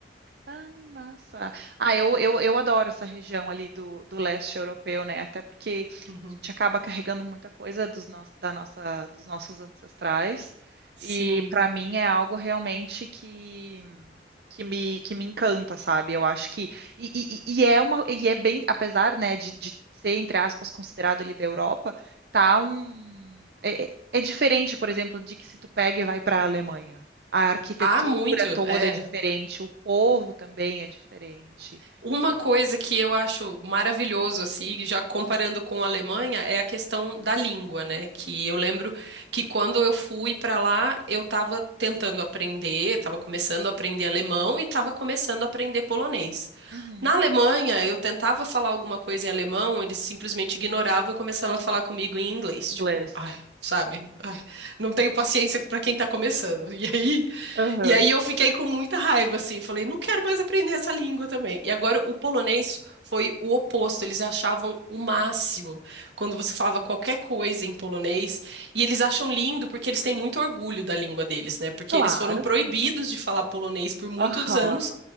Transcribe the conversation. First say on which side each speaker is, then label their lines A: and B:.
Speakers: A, on the right; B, on the right.
A: Ai, massa. Ah, eu, eu, eu adoro essa região ali do, do leste europeu, né? Até porque
B: Uhum.
A: a gente acaba carregando muita coisa dos nos, da nossa, dos nossos ancestrais.
B: Sim.
A: E para mim é algo realmente que, que me, que me encanta, sabe? Eu acho que. E, e, e e é uma, e é bem, apesar, né, de, de ser, entre aspas, considerado ali da Europa, tá um. É, é é diferente, por exemplo, de que se tu pega e vai para a Alemanha. A arquitetura
B: Há muito,
A: toda
B: é.
A: é diferente, o povo também é diferente.
B: Uma coisa que eu acho maravilhoso, assim, já comparando com a Alemanha, é a questão da língua, né? Que eu lembro que quando eu fui para lá, eu estava tentando aprender, estava começando a aprender alemão e estava começando a aprender polonês.
A: Uhum.
B: Na Alemanha, eu tentava falar alguma coisa em alemão, eles simplesmente ignoravam e começavam a falar comigo em inglês.
A: Inglês.
B: Tipo, ai, sabe? Ai, não tenho paciência para quem está começando. E aí.
A: Aham.
B: E aí eu fiquei com muita raiva, assim, falei, não quero mais aprender essa língua também. E agora o polonês foi o oposto, eles achavam o máximo quando você falava qualquer coisa em polonês, e eles acham lindo porque eles têm muito orgulho da língua deles, né? Porque
A: Claro.
B: eles foram proibidos de falar polonês por muitos
A: Aham.
B: anos.